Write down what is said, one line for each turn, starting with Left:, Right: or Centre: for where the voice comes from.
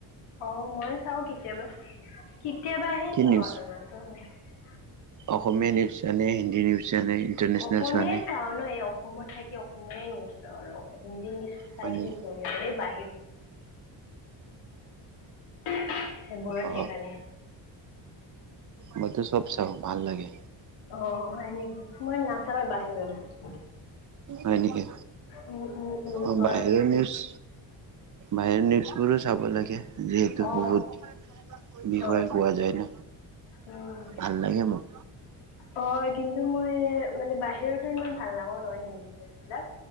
Left: অ মই চাঊও কেতিয়াবা, কেতিয়াবাহে
Right: কি
Left: চাওঁ
Right: নিউজ
Left: আৰু <unintelligible>
Right: অসমীয়া নিউজ নে হিন্দী নিউজ? চোৱা নে ইণ্টাৰনেশ্যনেল
Left: অসমীয়াই
Right: চোৱা নে
Left: চাওঁ ন এই অসমত থাকে অসমীয় নিউজ চাওঁ আৰু হিন্দী নিউজটো
Right: হয়
Left: চাই
Right: নেকি
Left: কি কৰিম? ব <unintelligible> সেইবোৰো
Right: অ
Left: <unintelligible>
Right: মইতো চব চাওঁ ভাল লাগে।
Left: অ হয় নেকি, মই নাচাওঁ বাহিৰৰ।
Right: হয় নেকি?
Left: উম উম উম
Right: অ
Left: হয়
Right: বাহিৰৰ নিউজ বাহিৰ নিউজ বোৰো চাব লাগে। যিহেতু
Left: অ
Right: বহুত বিষয়ে
Left: হয়
Right: পোৱা
Left: হয়
Right: যায় ন।
Left: উম
Right: ভাল লাগে মোৰ।
Left: হয় কিন্তু মই মানে বাহিৰৰতো ইমান ভাল নাপাওঁ মানে হিন্দী নিউজ বিলাক।